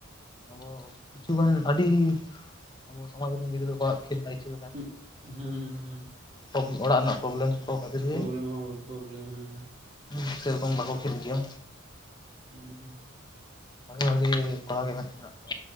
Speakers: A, on the left; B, on the right.
A: ᱟᱵᱚ ᱠᱤᱪᱷᱩ ᱜᱟᱱ ᱟᱹᱰᱤ ᱟᱵᱚ ᱥᱚᱢᱟᱡ ᱨᱮᱱ ᱜᱤᱫᱽᱨᱟᱹ ᱠᱚᱣᱟᱜ ᱠᱷᱮᱞ ᱤᱪᱪᱷᱟᱹ
B: ᱩᱸᱜ ᱦᱩᱸ ᱦᱩᱸ᱾
A: ᱠᱚ ᱚᱲᱟᱜ ᱨᱮᱱᱟᱜ ᱯᱨᱚᱵᱞᱮᱢ ᱠᱚ ᱠᱷᱟᱹᱛᱤᱨ
B: ᱯᱨᱚᱵᱞᱮᱢ
A: ᱜᱮ
B: ᱦᱚᱸ ᱯᱨᱚᱵᱞᱮᱢ ᱦᱮᱸ
A: ᱦᱩᱸ ᱥᱮᱨᱚᱠᱚᱢ ᱵᱟᱠᱚ ᱠᱷᱮᱞ ᱜᱮᱭᱟ᱾
B: ᱩᱸ᱾
A: ᱵᱷᱟᱜᱤ ᱵᱷᱟᱜᱤ ᱠᱚᱲᱟᱜ ᱜᱮ ᱢᱮᱱᱟᱜ ᱢᱮᱱᱟᱜ ᱠᱚᱣᱟ᱾